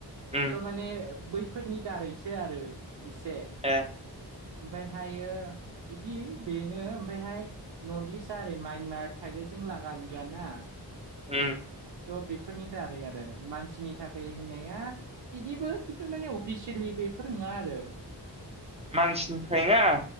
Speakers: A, on the right; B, on the right.
A: उम
B: स' माने बै फोरनि दारैसो आरो एसे
A: ए
B: ओमफायहायो बिदि बेनो ओमफ्रायहाय नर्थ इस्टआ ओरै म्यानमार थायलेण्डजों लागालिगाना
A: ओम
B: थ बेफोरनि दारै आरो मानसिनि थाखाय होननाया बिदिबो खिन्थु माने अफिसियेलि बे बेफोर नङा आरो
A: मानसिनि थाखाय नङा